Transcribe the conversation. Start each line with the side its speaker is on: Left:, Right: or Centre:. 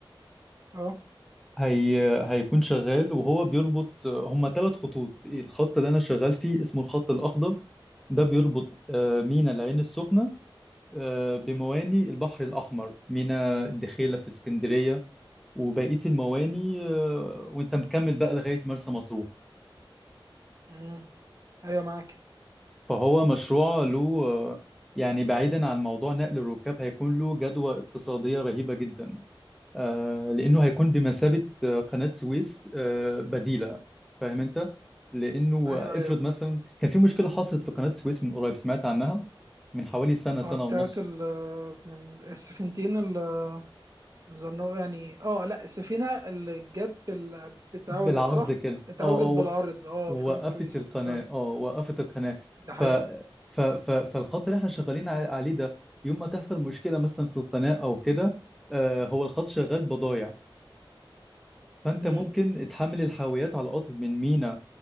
Right: اه
Centre: هي هيكون شغال وهو بيربط آه، هما ثلاث خطوط الخط اللي أنا شغال فيه اسمه الخط الأخضر ده بيربط آه، ميناء العين السخنة آه، بمواني البحر الأحمر ميناء الدخيلة في اسكندرية وبقية المواني آه، وأنت مكمل بقى لغاية مرسى مطروح
Right: امم ايوه معاك
Centre: فهو مشروع له آه، يعني بعيدا عن موضوع نقل الركاب هيكون له جدوى اقتصادية رهيبة جدا آه، لأنه هيكون بمثابة آه، قناة سويس آه، بديلة فاهم أنت؟ لأنه
Right: ايوه
Centre: افرض
Right: ايوه
Centre: مثلا كان في مشكلة حصلت في قناة سويس من قريب سمعت عنها من حوالي سنة سنة
Right: اه بتاعت
Centre: ونص
Right: ال من السفينتين ال- الزنوقة يعني اه لا السفينة اللي جت بال... اتعوجت
Centre: بالعرض
Right: صح؟
Centre: كده
Right: اتعوجت
Centre: اه اه
Right: بالعرض
Centre: و-
Right: اه في قناة
Centre: وقفت
Right: السويس
Centre: القناة
Right: فعلا
Centre: اه وقفت القناة
Right: ده حقيقي
Centre: ف... ف... ف... فالخط اللي احنا شغالين ع- عليه ده يوم ما تحصل مشكلة مثلا في القناة أو كده آه، هو الخط شغال بضايع فأنت
Right: امم
Centre: ممكن تحمل الحاويات على القطر من مينا